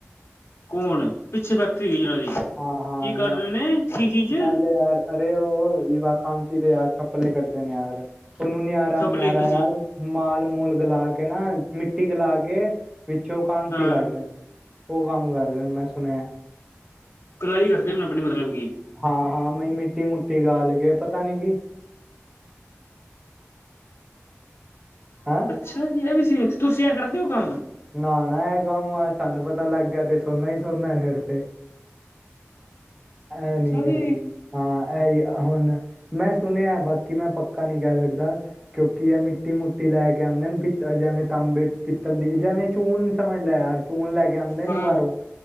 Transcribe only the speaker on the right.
ਹਾਂ-ਹਾਂ
ਨਲ ਯਾਰ ਅਰੇ ਔ ਕਾਂਸੀ ਦੇ ਯਾਰ ਥਪਲੇ ਕੱਢਦੇ ਨੇ ਯਾਰ ਉਹਨੂੰ ਨਿਆਰਾ
ਨਿਆਰਾ
ਯਾਰ
ਮਾਲ ਮੂਲ ਗਲਾ ਕੇ ਨਾ ਮਿੱਟੀ ਗਲਾ ਕੇ ਵਿੱਚੋਂ ਕਾਂਸੀ
ਕੱਢ ਰਹੇ ਉਹ ਕੰਮ ਕਰ ਰਹੇ ਮੈਂ ਸੁਣਿਆ
ਹਾਂ-ਹਾਂ ਮਿੱਟੀ-ਮੁਟੀ ਨਾਲ ਕੇ ਪਤਾ ਨੀ ਕੀ ਹੈਂ
ਨਾਹਾਣਾ ਆ ਕੰਮ ਆਾ ਸਾਨੂੰ ਪਤਾ ਲੱਗ ਗਿਆ ਤੇ ਸੋਨਾ ਹੀ ਸੋਨਾ ਫਿਰ ਤੇ, ਇਹ ਨਹੀਂ
ਕਰਦੇ ਹਾਂ ਇਹੀ ਹੁਣ ਮੈਂ ਸੁਣਿਆ ਬਾਕੀ ਮੈਂ ਪੱਕਾ ਨਹੀਂ ਕਹਿ ਸਕਦਾ ਕਿਉਂਕਿ ਇਹ ਮਿੱਟੀ ਮੋਟੀ ਲੈ ਕੇ ਆਦੇ। ਜਿਵੇਂ ਤਾਂਬੇ ਪਿੱਤਲ ਦੀ ਜਿਵੇਂ ਚੂਨ ਸਮਝ ਲੈ ਯਾਰ ਚੂਨ ਲੈ ਕੇ ਆਉਂਦੇ
ਨੇ ਬਾਹਰੋਂ